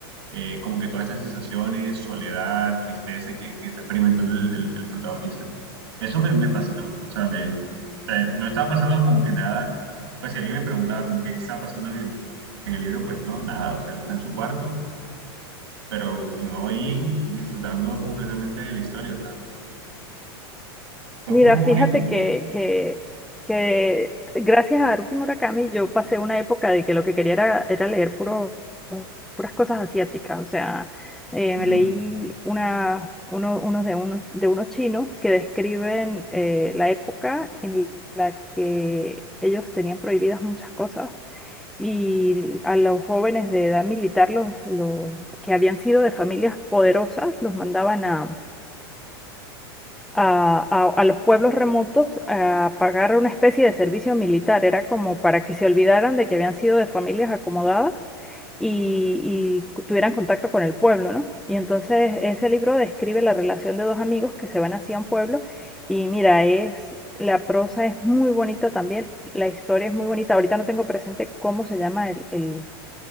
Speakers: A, on the right; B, in the centre.
A: eh, como que todas estas sensaciones, soledad, tristeza que, que está experimentando el, el- el protagonista. Eso me, me fascinó. O sea, me, o sea, no estaba pasando como que nada. Pues si alguien me preguntaba como que qué estaba pasando en el, en el libro, pues no, nada. O sea, él está en su cuarto, pero no ahí disfrutando completamente de la historia. O sea, pues
B: Mira,
A: fue muy Claro.
B: fíjate
A: bonito.
B: que, que, que gracias a Haruki Murakami yo pasé una época de que lo que quería era, era leer puro, puras cosas asiáticas. O sea, eh,
A: Ujú.
B: me leí una, uno, unos de, unos, de unos chinos que describen eh, la época en la que ellos tenían prohibidas muchas cosas y a los jóvenes de edad militar, los, los que habían sido de familias poderosas, los mandaban a a, a- a los pueblos remotos a pagar una especie de servicio militar. Era como para que se olvidaran de que habían sido de familias acomodadas y, y tuvieran contacto con el pueblo, ¿no? Y entonces ese libro describe la relación de dos amigos que se van hacia un pueblo y mira, es, la prosa es muy bonita también, la historia es muy bonita. Ahorita no tengo presente cómo se llama el, el